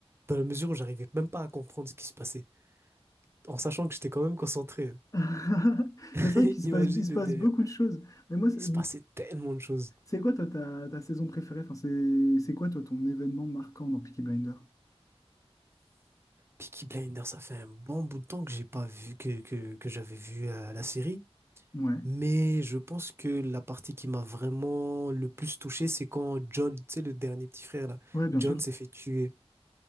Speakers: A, on the right; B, on the left.
A: dans la mesure où j'arrivais même pas à comprendre ce qui se passait, en sachant que j'étais quand même concentré. hein.
B: <laughs>
A: <laughs>
B: C'est vrai qu'il se
A: Imagine
B: passe, il se
A: le
B: passe
A: délire.
B: beaucoup de choses. Mais moi, c'est
A: Il se passait tellement de choses.
B: c'est quoi, toi, ta, ta saison préférée? Enfin, c'est c'est quoi, toi, ton événement marquant dans Peaky Blinder
A: Peaky Blinders, ça fait un bon bout de temps que j'ai pas vu que, que, que j'avais vu euh, la série.
B: Ouais,
A: Mais je pense que la partie qui m'a vraiment le plus touché, c'est quand John, tu sais, le dernier petit frère là,
B: ouais, bien
A: John
B: sûr.
A: s'est fait tuer.